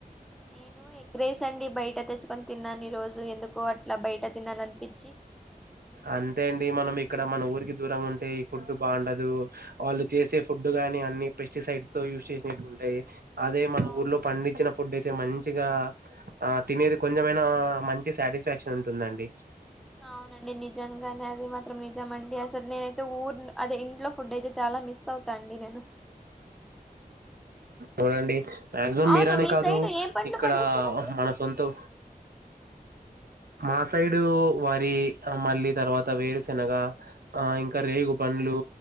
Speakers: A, in the centre; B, on the right.
A: నేను ఎగ్ రైస్ అండి బయట తెచ్చుకొని తిన్నాను ఈ రోజు ఎందుకో అట్లా బయట తినాలనిపించి
B: అంతే అండి మనం ఎక్ ఇక్కడ మన ఊరికి దూరంగా ఉంటే ఈ ఫుడ్ బాగుండదు వాళ్ళు చేసే ఫుడ్ గాని అన్ని పెస్టిసైడ్ తో యూ చేసినట్టుగుంటయి అదే మన
A: అవును
B: ఊర్లో పండించిన ఫుడ్ అయితే మం చిగా ఆ తినేది కొంచెమైనా మంచి సాటిస్ఫాక్షన్ ఉంటుందండి
A: అవునండి నిజంగానే అది మాత్రం నిజం అండి అసలు నేనైతే ఊర్ అదే ఇంట్లో ఫుడ్ అయితే చాలా అలా మిస్ అవుతా అండి నేను
B: అవునండి మాక్సిమం
A: అవును
B: మీరనే
A: మీ
B: కాదు
A: సైడ్ ఏ పంటలు
B: ఇక్కడ
A: పండిస్తారండి
B: మన సొంతు మా సైడు వరి ఆ మళ్ళీ తర్వాత వేరుశనగ ఆ ఇంకా రేగు పండ్లు